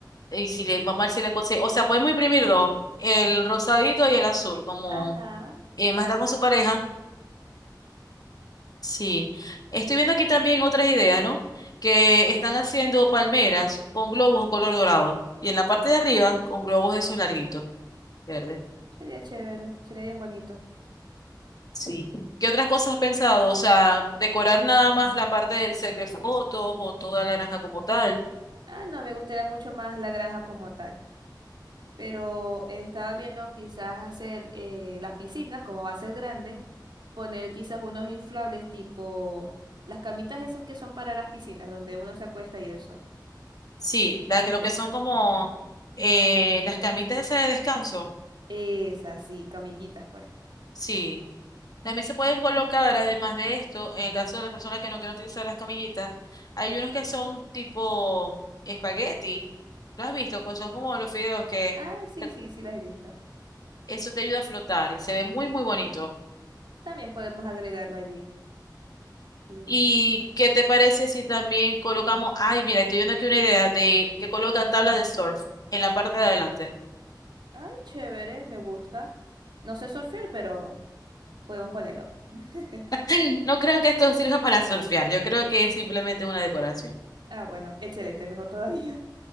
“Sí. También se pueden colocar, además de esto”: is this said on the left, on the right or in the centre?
Left